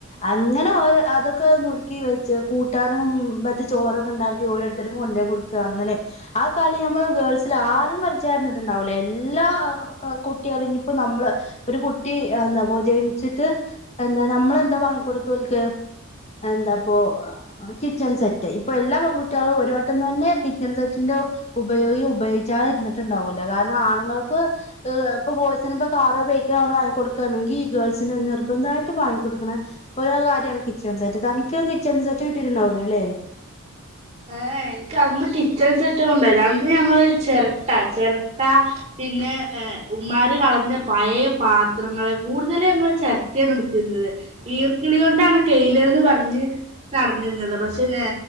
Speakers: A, on the left; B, on the right.
A: അങ്ങനെ ഓരോ അതൊക്കെ നൂറുക്കി വെച്ച് കൂട്ടാനും മറ്റ ചോറൊക്കെ ഉണ്ടാക്കി ഓരോരുത്തർക്കു കൊണ്ടോയി കൊടുക്കുക അങ്ങനെ ആ കളി ഞമ്മൾ ഗേൾസിൽ ആരും കളിച്ചരുന്നിട്ടുണ്ടാവൂലോ എല്ലാ കുട്ടി കുട്ടി അത് ഞപ്പോ നമ്മള് ഒരു കുട്ടി എന്താപ്പോ ജനിച്ചിട്ട് എന്താ നമ്മളെന്താ വാങ്ങിക്കൊടുക്ക ഓൽക്ക് എന്താപ്പോ കിച്ചൺ സെറ്റ് ഇപ്പോ എല്ലാ പെൺകുട്ടികളും ഒരു വട്ടം തന്നെ കിച്ചൺ സെറ്റിന്റെ ഉപയോഗി ഉപയോഗിച്ചാദേ ഇര്ന്നിട്ടുണ്ടാവൂല്ല കാരണം ആണുങ്ങൾക്ക് ഇപ്പൊ ബോയ്സിന് ഇപ്പൊ കാറ് ബൈക്ക് വാങ്ങി കൊടുക്കണെങ്കിൽ ഗേൾസിന് നിർബന്ധമായിട്ട് വാങ്ങികൊടുക്കണ ഒരു കാര്യമാണ് കിച്ചൺ സെറ്റ് തനിക്ക് കിച്ചൺ സെറ്റ് കിട്ടിട്ടുണ്ടാവൂലലെ
B: ഏ എനിക്ക് അന്ന് കിച്ചൺ സെറ്റ്ണ്ടായിരന്നില്ല അന്ന് ഞങ്ങൾ ചിരട്ട ചിരട്ട പിന്നെ ഏ ഉമ്മാർ കളഞ്ഞ പഴയ പാത്രങ്ങള് കൂടുതൽ ഞങ്ങൾ ചിരട്ടാണ് എടുത്തിരുന്നത് ഈർക്കിളി കൊണ്ടാണ് കെയിൽന്ന് പറഞ്ഞ് നടന്നീന്നത് പക്ഷേ ഏ